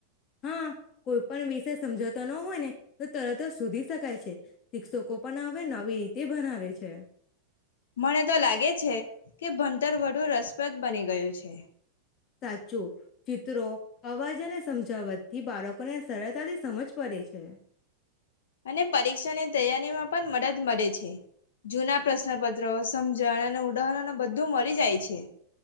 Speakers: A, on the left; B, on the left.
A: હા કોઈ પણ વિષ સમજ ત ન હોય ને તો તરત જ શોધી શકાય છે શિક્ષકો પણ હવે નવી ર તે બનાવે છે.
B: મને તો લાગે છે કે ભણતર વડું રસપ્રદ બની ગયું છે.
A: સાચું ચિત્રો અવાજને સમજાવત થી બાળકોને સરળતાથી સમજ પડે છે
B: અને પરીક્ષાની તૈયારીમાં પણ મદદ મળે છે જૂના પ્રશ્નપત્રો સમજણ અને ઉદાહરણ ન બધું મળી જાય છે.